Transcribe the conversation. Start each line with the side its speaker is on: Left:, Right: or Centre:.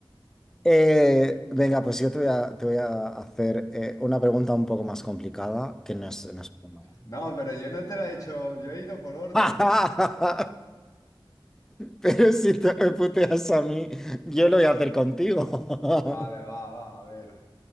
Centre: Eh, venga, pues yo te voy a, te voy a hacer eh, una pregunta un poco más complicada, que no es, no es para nada.
Left: No, pero yo no te la he hecho. Yo he ido por orden,
Centre: <laughs>
Left: ¿eh?
Centre: Pero si te me puteas a mí, yo lo voy a hacer contigo.
Left: Vale, va,
Centre: <laughs>
Left: va, a ver.